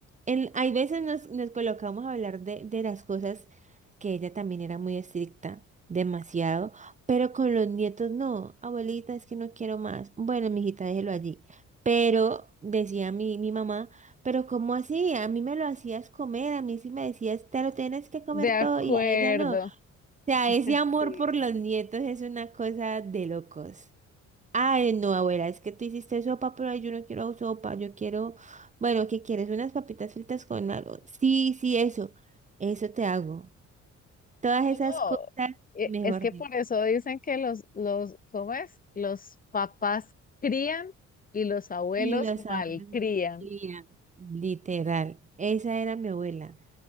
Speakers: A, on the right (about 25°); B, on the left (about 30°).
A: En, hay veces nos, nos colocamos a hablar de, de las cosas que ella también era muy estricta, demasiado, pero con los nietos no, abuelita, es que no quiero más. Bueno, mijita, déjelo allí. Pero, decía mi, mi mamá, pero ¿cómo así? A mí me lo hacías comer, a mí sí me decías, te lo tienes que comer
B: De acuerdo.
A: todo y a ella no sea,
B: <laughs>
A: ese amor
B: Sí.
A: por los nietos es una cosa de locos. Ay, no, abuela, es que tú hiciste sopa, pero ay, yo no quiero sopa, yo quiero, bueno, ¿qué quieres? Unas papitas fritas con algo. Sí, sí, eso, eso te hago. Todas esas
B: No, no,
A: cosas,
B: e-
A: mejor
B: es que
A: dicho.
B: por eso dicen que los, los, ¿cómo es? Los papás crían y los abuelos
A: Y los sabores
B: malcrían.
A: me encantarían, literal. Esa era mi abuela.